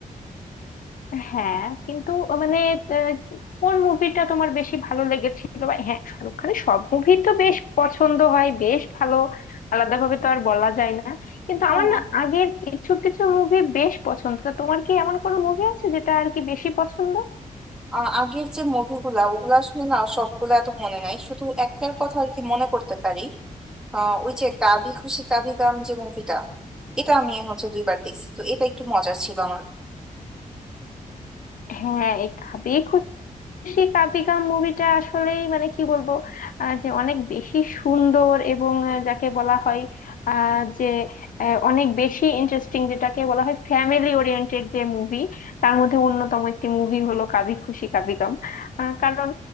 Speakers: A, on the left; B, in the centre.
A: হ্যাঁ কিন্তু মানে আহ, কোন মুভিটা তোমার বেশি ভালো লেগেছিল বা হ্যাঁ শাহরুখ খানের সব মুভি তো বেশ পছন্দ হয় বেশ ভালো আলাদাভাবে তো আর বলা যায় না কিন্তু
B: হ্যাঁ
A: আমার না আগের কিছু কিছু মুভি বেশ পছন্দ তা তোমার কি এমন কোনো মুভি আছে যেটা আর কি বেশি পছন্দ
B: আ- আগের যে মুভিগুলা ওগুলা আসলে না সবগুলা এত মনে নাই শুধু একটার কথা আর কি মনে করতে পারি আহ ওই যে কাভি খুশি কাভি গাম যে মুভিটা এটা আমি হচ্ছে দুইবার দেখছি তো এটা একটু মজার ছিল আমার
A: হ্যাঁ এই কাবে সেই কাবিগাম মুভিটা আসলেই মানে কি বলবো আহ, যে অনেক বেশি সুন্দর এবং আহ, যাকে বলা হয় আহ, যে আহ, অনেক বেশি ইন্টারেস্টিং যেটাকে বলা হয় ফ্যামিলি ওরিয়েন্টেড যে মুভি তার মধ্যে অন্যতম একটি মুভি হলো কাবি খুশি কাবিগাম আহ, কারণ